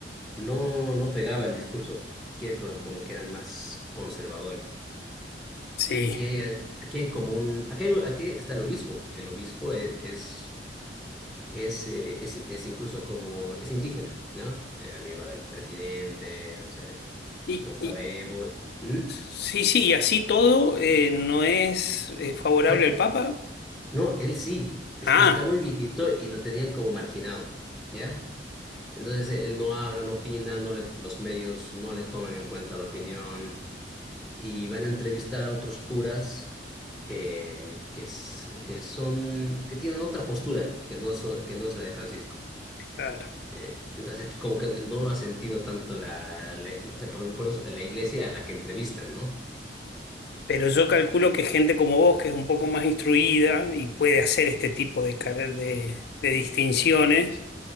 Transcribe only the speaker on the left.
sí.
Y,
y-
sí, sí, y así todo eh, no es eh, favorable
al Papa.
Ah,
claro.
Pero yo calculo que gente como vos, que es un poco más instruida y puede hacer este tipo de, car- de, de distinciones,